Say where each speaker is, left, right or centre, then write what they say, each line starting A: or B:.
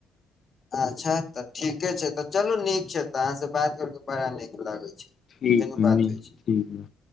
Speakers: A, on the left; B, on the left.
A: अच्छा तऽ ठीके छै तऽ चलू नीक छै तऽ अहाँ से बात कर क बड़ा नीक लगैत छै।
B: ठीक
A: फेनू
B: ह न
A: बात होइ छै
B: ठीक ह। <unintelligible>